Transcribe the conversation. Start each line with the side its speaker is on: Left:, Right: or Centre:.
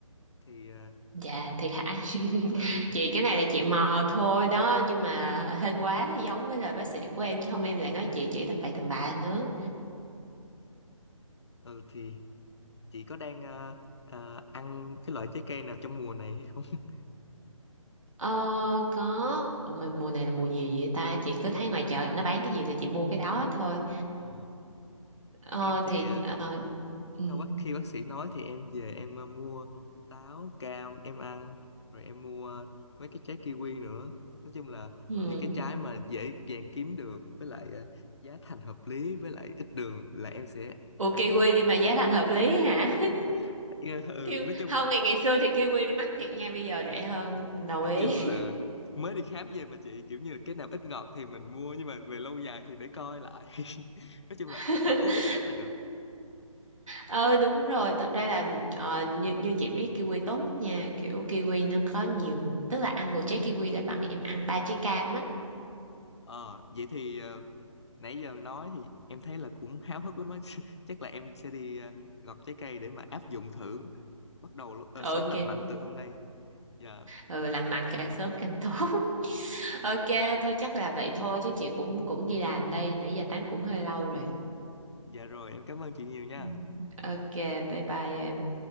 Left: thì ờ,
Right: Dạ thiệt hả? <laughs>
Left: ừ
Right: Chị cái này là chị mò thôi đó nhưng mà hên quá giống với lời bác sĩ của em chứ không em lại nói chị chỉ tầm bậy tầm bạ nữa.
Left: ừ, thì chị có đang ờ, ờ, ăn cái loại trái cây nào trong mùa này hay không <laughs>
Right: Ờ có, ủa mà mùa này là mùa gì vậy ta? Chị cứ thấy ngoài chợ nó bán cái gì là chị mua cái đó thôi.
Left: Ờ,
Right: Ờ
Left: em thì
Right: thì
Left: ờ,
Right: ờ ừ.
Left: sau bác khi bác sĩ nói thì em về em ờ, mua táo cam em ăn rồi em mua ờ, mấy cái trái kiwi nữa nói chung là
Right: ừ.
Left: những cái trái mà dễ dàng kiếm được với lại ờ, giá thành hợp lý với lại ít đường là em sẽ
Right: Ủa
Left: ăn
Right: kiwi
Left: thôi
Right: mà giá thành hợp lý hả? <laughs>
Left: <laughs> ừ
Right: Kiwi...
Left: nói chung
Right: Không
Left: là
Right: ngày ngày xưa thì kiwi mắc thiệt nha bây giờ rẻ hơn. Đồng
Left: nói
Right: ý.
Left: chung là mới đi khám về mà chị kiểu như cái nào ít ngọt thì mình mua nhưng mà về lâu dài thì để coi lại <laughs> nói chung là
Right: <laughs>
Left: ít uống nước ép là được
Right: Ờ đúng rồi, thật ra là ờ, như, như chị biết kiwi tốt lắm nha, kiểu kiwi nó có nhiều, tức là ăn một trái kiwi là bằng em ăn ba trái cam á.
Left: ờ vậy thì ờ, nãy giờ nói thì em thấy là cũng háo hức lắm á <laughs> chắc là em sẽ đi ờ, gọt trái cây để mà áp dụng thử bắt đầu ờ,
Right: Ok,
Left: sống lành mạnh từ hôm nay dạ
Right: ừ, lành mạnh càng sớm càng tốt. <laughs> Ok, thôi chắc là vậy thôi chứ chị cũng cũng đi làm đây, nãy giờ tám cũng hơi lâu rồi.
Left: dạ rồi em cảm ơn chị nhiều nha
Right: Ừ. Ok, bye bye em.